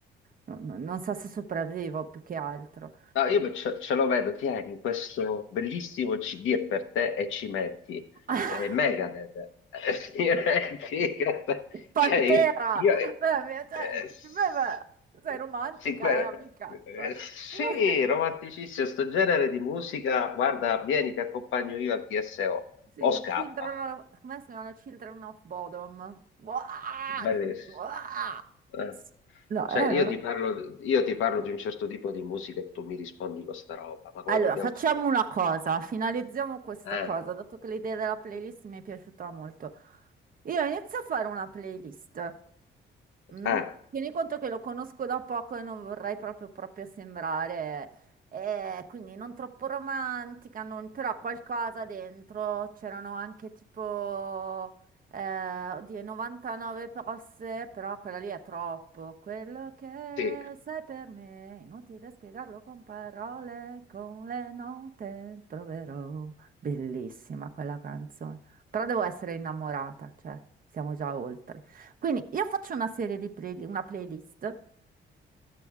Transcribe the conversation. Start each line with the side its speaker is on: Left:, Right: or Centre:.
Right: no- no- non so se sopravvivo più che altro.
Left: No, io me- ce, ce lo vedo, tieni questo bellissimo CD è per te e ci metti
Right: <laughs>
Left: eh, Megadeth. Eh, sì, <laughs> che-
Right: Pantera!
Left: cioè, io,
Right: Beh, beh, cioè,
Left: eh,
Right: dici,
Left: s-
Right: beh, beh, sei romantica,
Left: sì, que-
Right: eh, amica.
Left: eh,
Right: Cioè.
Left: sì,
Right: <laughs>
Left: romanticissimo, sto genere di musica, guarda, vieni, ti accompagno io al TSO, o
Right: Sì, il
Left: o scappa,
Right: Children of- come si chiama? Children of Bodom. Buah,
Left: bellissimo.
Right: che fanno tutti, buah.
Left: Eh.
Right: No,
Left: Cioè,
Right: eh,
Left: io
Right: no,
Left: ti
Right: no.
Left: parlo, io ti parlo di un certo tipo di musica e tu mi rispondi con sta roba, ma come
Right: Allora,
Left: dobbiamo
Right: facciamo
Left: finire?
Right: una cosa, finalizziamo questa
Left: Eh,
Right: cosa, dato che l'idea della playlist mi è piaciuta molto. Io inizio a fare una playlist. Mm?
Left: eh.
Right: Tieni conto che lo conosco da poco e non vorrei proprio, proprio sembrare, eh, quindi non troppo romantica, non- però qualcosa dentro. C'erano anche tipo, eh, oddio, 99 posse, però quella lì è troppo. Quello che
Left: Sì,
Right: sei per me, inutile spiegarlo con parole, con le note troverò. Bellissima quella canzone, però devo essere innamorata, cioè siamo già oltre. Quindi io faccio una serie di play- una playlist,